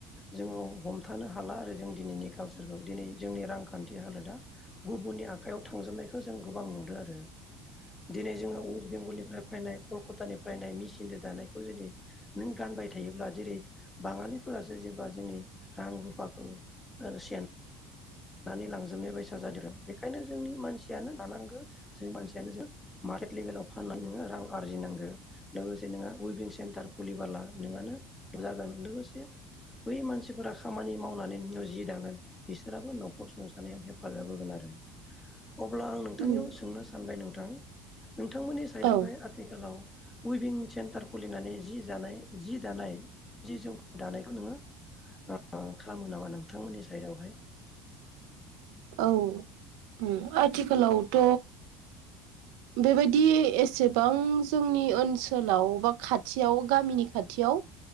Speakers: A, on the left; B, on the right.
A: जोंङो हमथानो हाला आरो जों दिनैनि कालसार खौ दिनै जोंनि रांखान्थि हालोदा गुबनि आखायाव थांजोबनायखौ जों गोबां नुदों आरो दिनै जोङो वेस्ट बेंगलनिफ्राय फैनाय कलकातानिफ्राय नायनि मिसिनजों दानायखौ जेरै नों गानबाय थायोब्ला जेरै बाङालिफोरासो जेनबा जोंनि रां रुफाखौ ओ सेेन लानानै लांजोबनाय बायसा जादों बेखायनो जोंनि मानसियानो लानांगौ जों मानसियानो जों मारकेट लेभेलाव फानना नोंङो रां आरजिनांगौ लोगोसे नों वेभिं सेन्टार खुलिबोला नोंङो जागोन लोगोसे बै मानसिफोरा खामानि मावनानै जोंनियाव जि दागोन बिसोराबो नखर खुंनायाव हेफाजाब होगोन आरो अब्ला आं नोंथांनियाव
B: उम
A: सोंनो सानबाय नों थां नोंथांमोननि साइडआवहाय
B: औ
A: आथिखालाव उइभिं सेन्टार खुलिनानै जि जानाय जि दानाय जि जौ दानायखौ नोंङो ओ खालामो नामा नोंथांमोननि साइडावहाय
B: औ उम आथिखालावथ' बेबायदि एसेबां जोंनि ओनसोलाव बा खाथियाव गामिनि खाथियाव